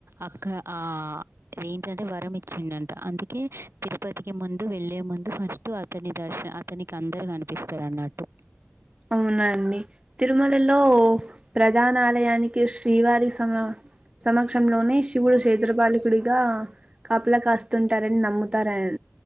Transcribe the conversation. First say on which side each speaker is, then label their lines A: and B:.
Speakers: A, on the right; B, on the right.
A: అక్క ఆ ఏంటంటే వరం ఇచ్చిండంట అందుకే తిరుపతికి ముందు వెల్లే ముందు ఫస్ట్ అతని దర్శ అతనికి అందరు కనిపిస్తరు అన్నట్టు
B: అవునా అండి తిరుమలలో ప్రధాన ఆలయానికి శ్రీవారి సమ సమక్షంలోనే శివుడు క్షేత్రపాలికుడిగా కాపలా కాస్తుంటారని నమ్ముతారా ఆయన